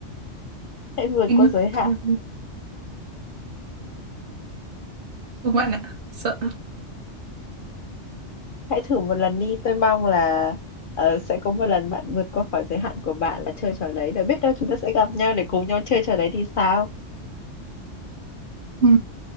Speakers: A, on the left; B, on the right.
A: hãy vượt
B: kinh
A: qua
B: á.
A: giới hạn,
B: Thôi, Không bạn ạ, sợ.
A: hãy thử một lần đi, tôi mong là, ờ, sẽ có một lần bạn vượt qua khỏi giới hạn của bạn là chơi trò đấy, và biết đâu chúng ta sẽ gặp nhau để cùng nhau chơi trò đấy thì sao?
B: Ừ.